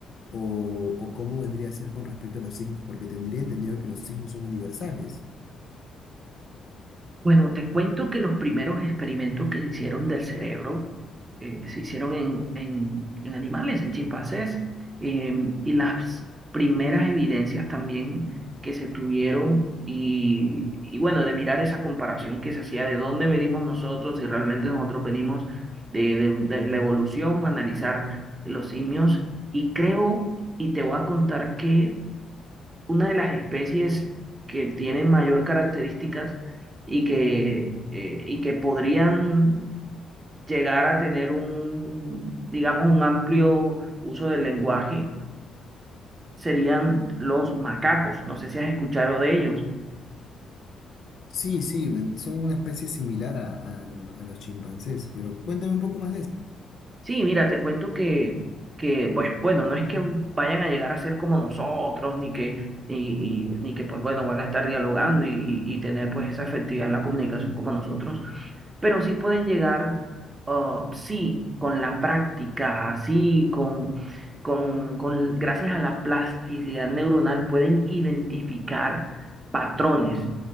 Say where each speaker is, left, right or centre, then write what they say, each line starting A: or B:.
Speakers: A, on the left; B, on the right.
A: ¿O, o cómo vendría a ser con respecto a los signos? Porque tendría entendido que los signos son universales.
B: Bueno, te cuento que los primeros experimentos que se hicieron del cerebro eh, se hicieron en, en, en animales, en chimpancés, eh, y las primeras evidencias también que se tuvieron y, y bueno, de mirar esa comparación que se hacía de dónde venimos nosotros, si realmente nosotros venimos de, de, de la evolución, analizar los simios, y creo, y te voy a contar que una de las especies que tienen mayor características y que, eh, y que podrían llegar a tener un, digamos, un amplio uso del lenguaje serían los macacos. No sé si has escuchado de ellos.
A: Sí, sí, ven- son una especie similar a, a lo- a los chimpancés, pero cuéntame un poco más de eso.
B: Sí, mira, te cuento que, que pues bueno, no es que vayan a llegar a ser como nosotros, ni que, y y- ni que pues bueno, van a estar dialogando y, y y tener pues esa efectividad en la comunicación como nosotros pero sí pueden llegar, ah, sí, con la práctica, sí, con, con, con, gracias a la plasticidad neuronal pueden identificar patrones,